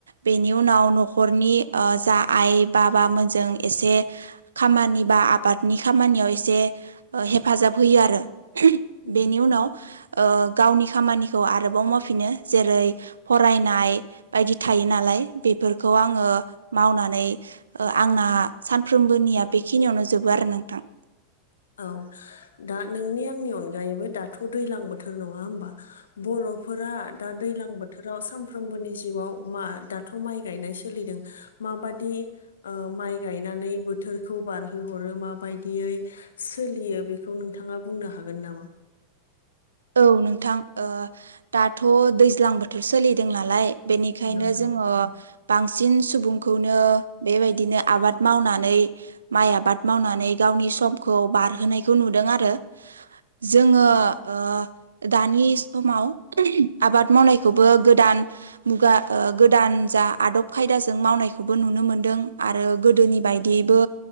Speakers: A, on the right; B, on the left.
A: बेनि उनाव नखरनि ओ जा आइ बाबा मोन जों एसे खामानि बा आबादनि खामानियाव एसे ओ हेफाजाब होयो आरो।
B: उम
A: बेनि उनाव ओ गावनि खामानिखौ आरोबाव मावफिनो जेरै फरायनाय बायदि थायो नालाय बे बेफोरखौ आंङो मावनानै ओ आंना सानफ्रोमबोनिया बेखिनियावनो जोबो आरो नोंथां
B: औ दा नोंनि आंनि अनगायैबो दाथ दैलां बोथोर नङा होमबा बरफोरा दा दैलां बोथोराव सानफ्रोमबोनि जिउआव मा दाथ माइ गायनाय सोलिदों माबादि ओ माइ गायनानै बोथोरखौ बारहो हरो माबायदियै सोलियो बेखौ नोंथाङा बुंनो हागोन नामा?
A: औ नोंथां ओ दाथ दैज्लां बोथोर सोलिदों नालाय बेनिखायनो
B: नंगौ
A: जोंङो बांसिन सुबुंखौनो बेबायदिनो आबाद मावनानै माइ आबाद मावनानै गाव गावनि समखौ बारहोनायखौ नुदों आरो जोंङो ओ दानि समाव आबाद मावनायखौबो गोदान मुगा ओ गोदान जा आदब खायदाजों मावनायखौबो नुनो मोनदों आरो गोदोनि बायदियैबो